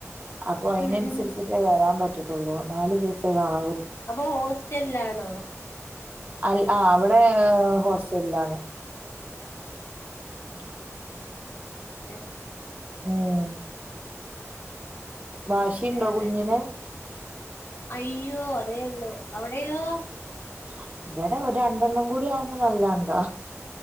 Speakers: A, on the right; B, on the left.
A: അപ്പൊ അയ്നനുസരിച്ചിട്ട്
B: ഉം ഉം
A: വരാൻ പറ്റു നാല് ദിവസേ കാണു
B: അപ്പൊ ഹോസ്റ്റലിലാണോ
A: അൽ ആ അവിടെ ഹോസ്റ്റലിലാണ് <unintelligible>
B: ഏ
A: ഉം വാശിയണ്ടോ
B: വേറെ
A: കുഞ്ഞിനെ
B: അയ്യോ അതേ ഉള്ളൂ അവിടെയയോ
A: <unintelligible> ഇവിടെ ഒരു രണ്ടെണ്ണം കൂടി ആവുമ്പോ നല്ലങ്കാ